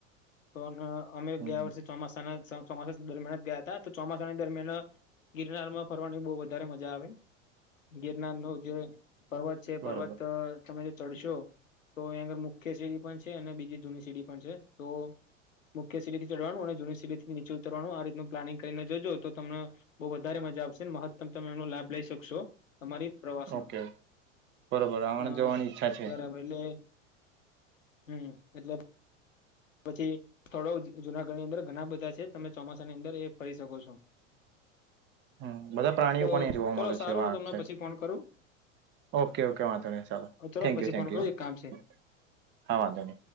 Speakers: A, on the left; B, on the right.
A: તો અમે
B: હમ
A: ગયા વર્ષે ચોમાસાના ચોમાસા દરમિયાન જ ગયા હતા તો ચોમાસાની દરમિયાન ગિરનાર માં ફરવાની બહ વધારે મજા આવે ગિરનાર નો જે પર્વત છે
B: બરોબર
A: પર્વત તમે જે ચડશો તો એંયા આગળ મુખ મુખ્ય સીડી પણ છે અને બીજી જૂની સીડી પણ છે, તો મુખ્ય સીડીથી ચડવાનું અને જૂની સીડીથીનીચે ઉતરવાનું આ રીતનું પ્લાનિંગ કરીને જોજો તો તમમે બહ વધારે મજા આવશેને મહત્તમ તમે એમનો લાભ લઈ શકશો તમારી પ્રવાસનો
B: ઓકે બરોબર આણંદ
A: હા,
B: જવાની ઈચ્છા છે
A: બરાબર એટલે હમ, એટલે પછી થથળો જુનાગઢની અંદર ઘણા બધા છે તમે ચોમાસાની અંદર એ ફરી શકો છો.
B: હમ બધા પ્રાણીઓ
A: તો
B: પણ એ જોવા
A: ચલો
B: મળે
A: સારું
B: છે વાઘ
A: હુ, તમને
B: છે
A: પછી ફોન કરુ
B: ઓકે ઓકે વાંધો ન ચાલો
A: ચલો
B: થેન્ક
A: પછી
B: યુ થન્ક
A: ફોન કરું
B: યુ
A: એક કામ છે
B: હા હા વાંધવ ન